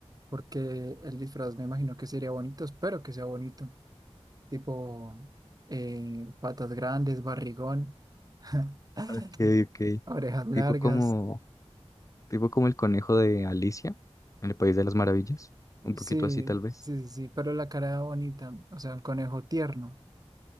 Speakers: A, on the right (about 35°); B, on the left (about 30°).
A: porque el disfraz me imagino que sería bonito, espero que sea bonito, tipo eh, patas grandes, barrigón, <laughs>
B: Okay, okay.
A: orejas largas,
B: Tipo como, tipo como el conejo de Alicia en el País de las Maravillas. Un poquito
A: sí,
B: así, tal vez.
A: sí, sí, sí, pero la cara bonita, o sea, un conejo tierno.